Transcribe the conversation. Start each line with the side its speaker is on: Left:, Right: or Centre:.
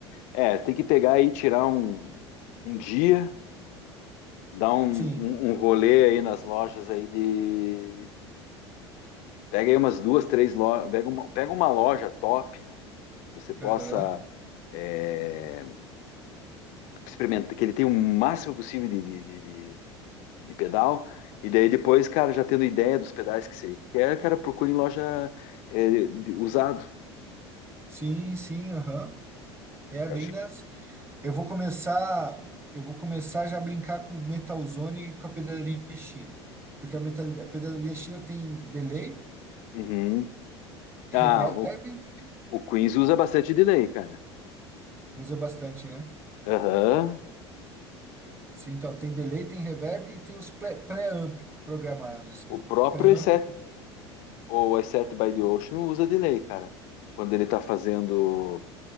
Left: é, tem que pegar e tirar um, um dia, dar um,
Right: sim,
Left: um, um rolê aí nas lojas aí de Pega aí umas duas, três lojas, pega uma, pega uma loja top que você possa
Right: aham,
Left: é, experimentar, que ele tenha o máximo possível de, de, de- de- de pedal, e daí depois, cara, já tendo ideia dos pedais que você quer, cara, procure em loja é, de- usado,
Right: sim, sim, aham. É
Left: que
Right: bem
Left: eu acho.
Right: dessa. Eu vou começar, eu vou começar já a brincar com o Metalzone e com a pedaleria China. Porque a, metal, a pedaleria China tem delay,
Left: Uhum. Ah,
Right: reverb,
Left: o, o Queens usa bastante delay, cara.
Right: usa bastante, né?
Left: Aham.
Right: Sim, então, tem delay, tem reverb e tem os pré- pré-amp programados, assim.
Left: O próprio
Right: Pré-amp
Left: E7,
Right: é
Left: ou E7 by the Ocean usa delay, cara. Quando ele tá fazendo